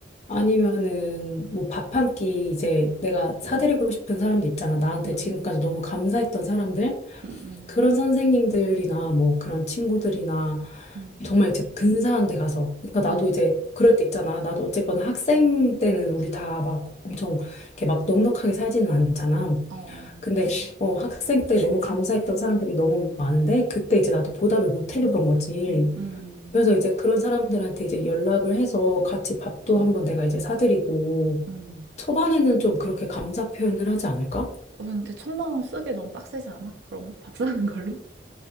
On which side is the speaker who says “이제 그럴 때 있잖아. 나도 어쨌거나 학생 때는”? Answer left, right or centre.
Left